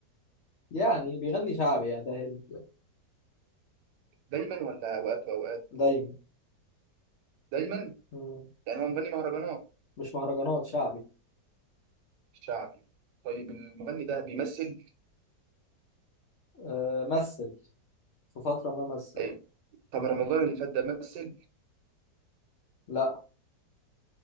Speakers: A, on the left; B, on the right.
A: يعني بيغني شعبي يعني ده هند.
B: دايما ولا اوقات واوقات
A: دايما
B: دايما
A: مم.
B: يعني هو مغني مهرجانات
A: مش مهرجانات شعبي
B: شعبي طيب المغني ده بيمثل
A: آه، مثل في فترة ما مثل
B: أي.
A: آه.
B: طب رمضان اللي فات ده مثل
A: لا